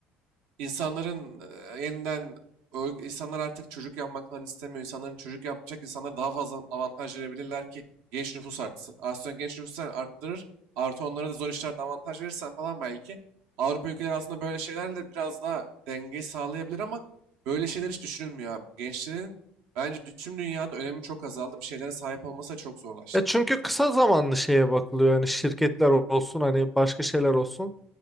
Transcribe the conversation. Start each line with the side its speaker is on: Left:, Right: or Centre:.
Right: İnsanların e, yeniden o- insanlar artık çocuk yapmak falan istemiyor. İnsanların çocuk yapacak insanlara daha fazla avantaj verebilirler ki genç nüfus artsın. Aslında genç nüfusu sen arttırır. Artı onlara da zor işlerde avantaj verirsen falan belki Avrupa ülkeleri aslında böyle şeylerle biraz daha denge sağlayabilir ama böyle şeyler hiç düşünülmüyor abi. Gençlerin bence dü- tüm dünyada önemi çok azaldı. Bir şeylere sahip olması da çok zorlaştı.
Centre: Ya çünkü kısa zamanlı şeye bakılıyor yani şirketler olsun hani başka şeyler olsun.